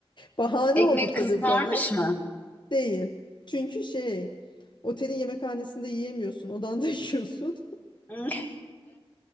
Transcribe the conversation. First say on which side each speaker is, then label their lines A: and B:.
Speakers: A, on the left (about 50°); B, on the left (about 15°).
A: bahane
B: Ekmek
A: oldu tabii
B: kızarmış
A: bana.
B: mı?
A: Değil. Çünkü şey, otelin yemekhanesinde yiyemiyorsun, odanda <laughs> yiyorsun.
B: <laughs>